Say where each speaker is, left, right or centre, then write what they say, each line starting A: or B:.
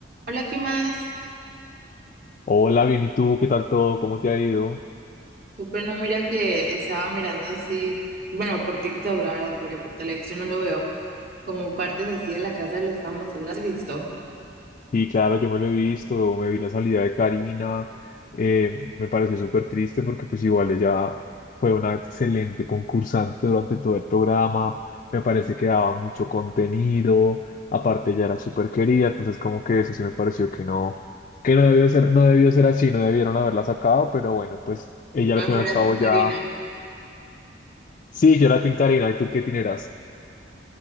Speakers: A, on the right; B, on the left.
A: Hola, ¿qué más?
B: Hola, bien, ¿y tú? ¿Qué tal todo? ¿Cómo te ha ido?
A: Pero no, mira que estaba mirando así, bueno, por TikTok, la verdad, porque por televisión no lo veo, como partes así de la casa de los famosos, ¿las has visto?
B: Sí, claro, yo me lo he visto, me vi la salida de Karina, eh, me pareció súper triste porque pues igual ella fue una excelente concursante durante todo el programa, me parece que daba mucho contenido, aparte ella era súper querida, entonces como que eso sí me pareció que no, que no debió ser, no debió ser así, no debieron haberla sacado, pero bueno, pues ella
A: No,
B: al fin
A: tú
B: y
A: eras
B: al cabo
A: sin Karina.
B: ya... Sí, yo la tengo Karina, ¿y tú qué tineras?